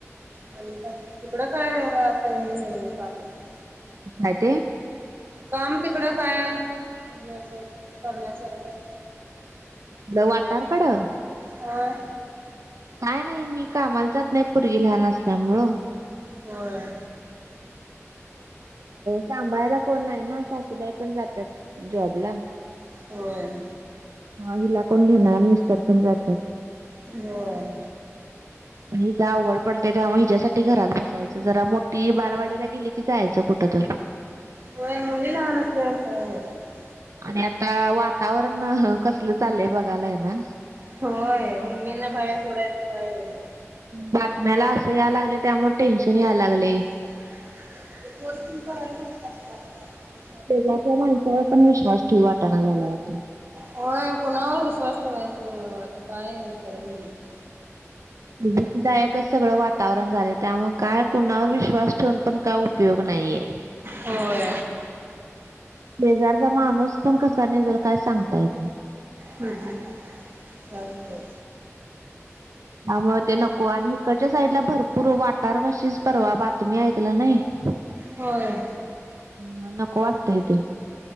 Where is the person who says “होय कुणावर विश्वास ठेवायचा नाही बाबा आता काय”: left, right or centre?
Right